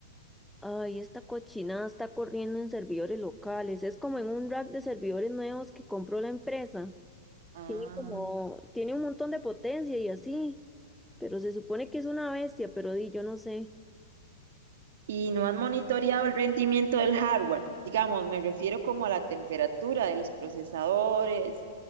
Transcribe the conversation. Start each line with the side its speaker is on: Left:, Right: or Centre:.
Centre: Ay, esta cochinada está corriendo en servidores locales, es como en un rack de servidores nuevos que compró la empresa.
Right: Ah,
Centre: Tiene como, tiene un montón de potencia y así, pero se supone que es una bestia, pero di, yo no sé.
Right: y no han monitoreado el rendimiento del hardware. Digamos, me refiero como a la temperatura de los procesadores,